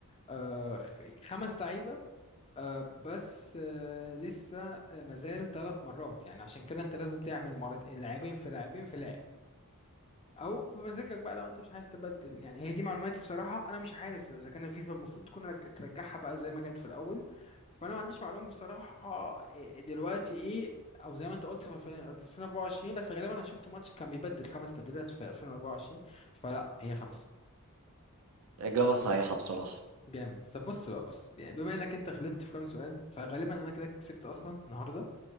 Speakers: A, on the left; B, on the right.
A: آه، خ- خمس لعيبة آه، بس آه، لسه آه، مازال ثلاث مرات يعني عشان كده أنت لازم تعمل مرتين لاعبين في لاعبين في لاعب او بمزاجك بقى لو انت مش عايز تبدل يعني هي دي معلوماتي بصراحه انا مش عارف لو اذا كان الفيفا المفروض تكون رج... ترجعها بقى زي ما كانت في الاول فانا ما عنديش معلومه بصراحه إيه- دلوقتي ايه او زي ما انت قلت في 2024 بس غالبا انا شفت ماتش كان بيبدل خمس تبديلات في 2024 فلا هي خمسه
B: إجابة صحيحة بصراحة
A: جامد طب بص بقى بص يعني بما انك انت غلطت في كام سؤال فغالبا انا كده كسبت اصلا النهارده